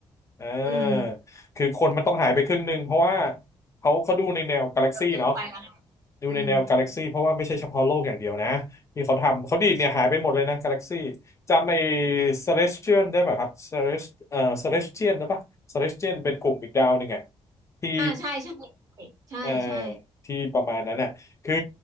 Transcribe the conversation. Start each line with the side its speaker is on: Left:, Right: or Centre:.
Left: เออ
Right: อืม
Left: คือคนมันต้องหายไปครึ่งหนึ่งเพราะว่าเขาเขาดูในแนวกาแล็กซี่เนาะ
Right: ก็เกินไปแล้วไง
Left: ดูในแนวกาแล็กซี่เพราะว่าไม่ใช่เฉพาะโลกอย่างเดียวนะที่เขาทำเขาดีดเนี่ยหายไปหมดเลยนะกาแล็กซี่
Right: อืม
Left: จำไอ้ Celestial ได้ป่ะครับ Celest เอ่อ Celestial นะปะ Celestial เป็นกลุ่มอีกดาวหนึ่งไงที่
Right: อ่าใช่ใช่ใช่ใช่
Left: เออที่ประมาณนั้นน่ะคือ